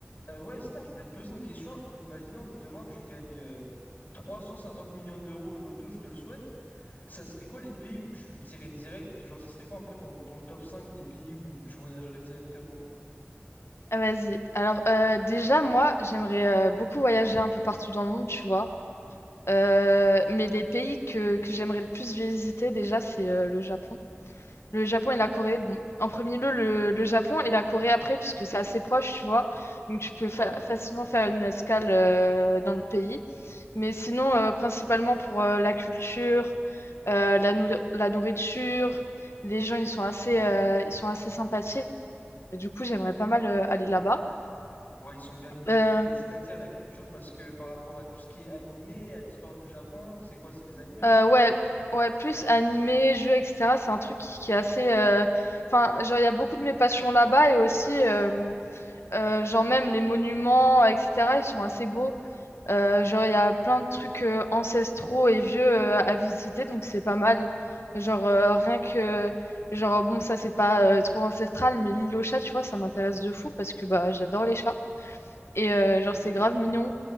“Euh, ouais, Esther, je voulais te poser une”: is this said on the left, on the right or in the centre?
Left